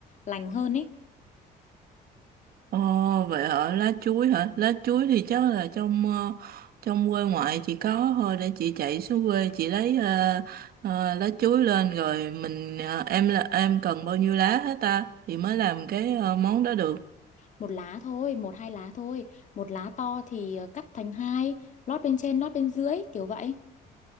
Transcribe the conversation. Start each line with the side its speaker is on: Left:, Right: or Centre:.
Left: lành hơn ấy.
Right: Ồ vậy hả, lá chuối hả? Lá chuối thì chắc là trong ờ, trong quê ngoại chị có thôi để chị chạy xuống quê chị lấy ờ, ờ, lá chuối lên rồi mình ờ, em là em cần bao nhiêu lá hết ta thì mới làm cái ờ, món đó được.
Left: Một lá thôi, một hai lá thôi. Một lá to thì ờ, cắt thành hai, lót bên trên, lót bên dưới, kiểu vậy.